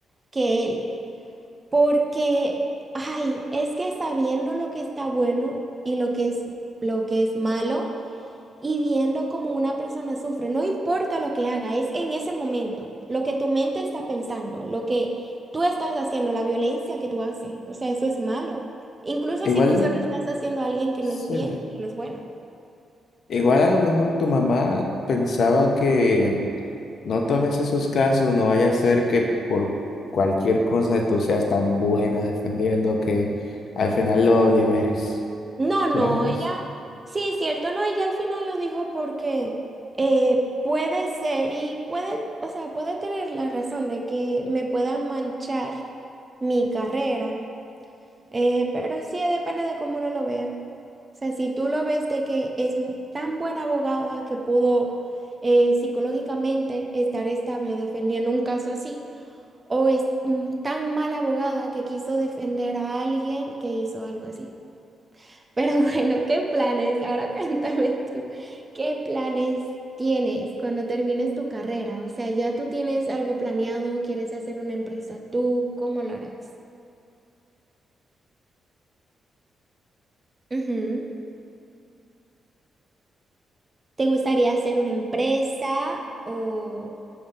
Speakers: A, on the right; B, on the left.
A: que él. Porque, ay, es que sabiendo lo que está bueno y lo que es, lo que es malo, y viendo cómo una persona sufre, no importa lo que haga, es en ese momento, lo que tu mente está pensando, lo que tú estás haciendo, la violencia que tú haces, o sea, eso es malo. Incluso
B: Igual,
A: si tú se lo estás haciendo a alguien que
B: sí.
A: no es bien, que no es bueno.
B: Igual a lo mejor tu mamá pensaba que no tomes esos casos, no vaya a ser que por cualquier cosa tú seas tan buena defendiendo que al final lo liberes.
A: No, no,
B: ¿Te imaginas?
A: ella, sí, es cierto, no, ella al final lo dijo porque eh, puede ser y puede, o sea, puede tener la razón de que me puedan manchar mi carrera, Eh, pero sí eh, depende de cómo uno lo vea. O sea, si tú lo ves de que es m- tan buena abogada que pudo eh, psicológicamente estar estable defendiendo un caso así, o es mm, tan mala abogada que quiso defender a alguien que hizo algo así. Pero <laughs> bueno, ¿qué planes? Ahora <laughs> cuéntame tú, ¿qué planes tienes cuando termines tu carrera? O sea, ¿ya tú tienes algo planeado? ¿Quieres hacer una empresa tú? ¿Cómo lo harás? Ujú. ¿Te gustaría hacer una empresa o,